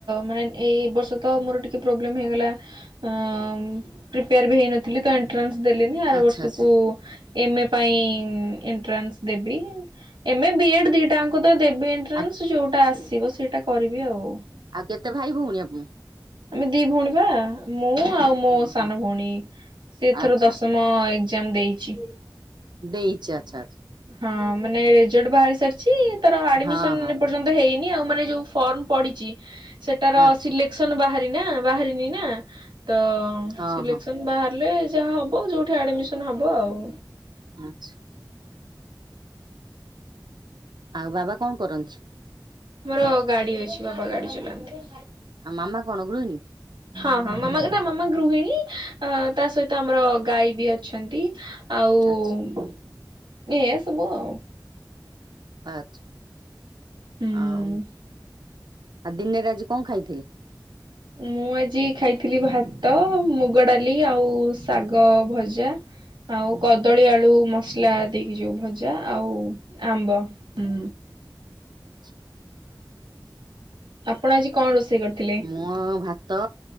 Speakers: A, on the right (about 90°); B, on the right (about 65°).
A: ମାନେ ଏଇ ବର୍ଷ ତ ମୋର ଟିକେ ପ୍ରୋବ୍ଲେମ୍ ହେଇଗଲା। ଅଁ ଉଁ ପ୍ରିପେୟାର ବି ହେଇନ ଥିଲି ତ ଏଣ୍ଟ୍ରାନ୍ସ ଦେଲିନି ଆର
B: ଆଚ୍ଛା
A: ବର୍ଷୁକୁ
B: ଆଚ୍ଛା।
A: ଏମ୍ ଏ ପାଇଁ ଉଁ ଏଣ୍ଟ୍ରାନ୍ସ ଦେବି ଏମ ଏ ବି ଏଡ୍ ଦିଟାଅଙ୍କ ଦେବି ଏଣ୍ଟ୍ରାନ୍ସ
B: ଆ
A: ଯୋଉଟା ଆସ୍ ସିବ ସେଇଟା କରିବି ଆଉ।
B: ଆଉ କେତେ ଭାଇ ଭଉଣୀ ଆପଣ?
A: ଆମେ ଦି ଭଉଣୀ ପା ମୁଁ ଆଉ ମୋ
B: ଓହୋ
A: ସାନ ଭଉଣୀ ସିଏ ଏଥର
B: ଆଚ୍ଛା
A: ଦଶମ୍ ମ ଏକ୍ଜାମ୍ ଦେଇଚି।
B: ଦେଇଚି ଆଚ୍ଛା ଆଚ୍ଛା।
A: ହଁ ମାନେ ରେଜଲ୍ଟ ବାହାରି ସାରିଛି ତାର ଆଡମିସନ୍
B: ହଁ ହଁ।
A: ଏ ପର୍ଯନ୍ତ ହେଇନି ଆଉ ମାନେ ଯୋଉ ଫର୍ମ ପଡିଚି ସେଟାର
B: ଆଚ୍ଛା
A: ସିଲେକ୍ସନ ବାହାରି ନା ବାହାରିନି ନା ତ
B: ହଁ
A: ସିଲେକ୍ସନ
B: ହଁ
A: ବାହାରିଲେ ଯାହା ହବ ଯୋଉଠି ଆଡମିସନ୍ ହବ ଆଉ।
B: ଆଚ୍ଛ୍ ଆଉ ବାବା କଁ କରନ୍ଥ୍?
A: ଆମର ଗାଡି ଅଛି ବାବା ଗାଡି ଚଲାନ୍ତି।
B: ଆଉ ମାମା କଣ ଗୃହିଣୀ?
A: <inaudible> ହଁ ହଁ ମାମା ନା ମାମା ଗୃହିଣୀ ଆ ତା ସହିତ ଆମର ଗାଈ ବି ଅଛନ୍ତି। ଆଉ ଉଁ
B: ଆଚ୍ଛା
A: ଏଇଆ ସବୁ ଆଉ।
B: ଆଚ୍
A: ହୁଁ।
B: ଆଉ ଆଉ ଦିନେରେ ଆଜି କଁ ଖାଇଥିଲ୍
A: ମୁଁ ଆଜି ଖାଇଥିଲି ଭାତ ମୁଗଡାଲି ଆଉ ଶାଗଭଜା। ଆଉ କଦଳୀ ଆଳୁ ମସଲା ଦେଇକି ଯୋଉ ଭଜା ଆଉ ଆମ୍ବ ହୁଁ।
B: <inaudible>
A: ଆପଣ ଆଜି କଣ ରୋଷେଇ କରିଥିଲେ?
B: ମୁଁ ଆଉ ଭାତ,